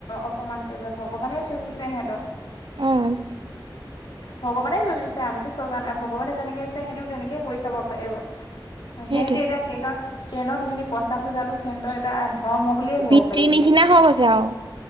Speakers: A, on the left; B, on the right.
A: অপমান কৰিব ভগৱান। এই চজিছে সিহতক।
B: অহ,
A: ভগৱানে সজিছে আমিতো চজা নাই ভগৱানে যেনেকে দিছে সেইটো তেনেকে কৰি খাব পাৰিব।
B: সেইটোৱে
A: সিহঁতি এতি ট্ৰেইন-ট্ৰেইনত সিহঁতি পইচা খোজাটো সিহতৰ এটা আ', ধৰ্ম বুলিয়ে কব
B: বৃত্তিৰ
A: পাৰি এতিয়া
B: নিচিনা হৈ গৈছে আৰু